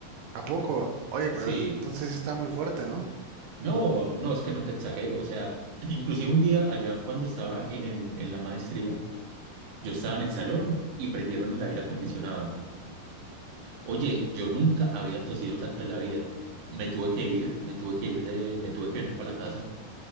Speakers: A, on the right; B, on the right.
A: ¿a poco? Oye, pero
B: Sí.
A: es- entonces sí está muy fuerte, ¿no?
B: No, no, es que no te exagero, o sea, <clears throat> inclusive un día allá cuando estaba en el, en la maestría, yo estaba en el salón y prendieron el aire acondicionado. Oye, yo nunca había tosido tanto en la vida. Me tuve que ir, me tuve que ir de, me tuve que venir para la casa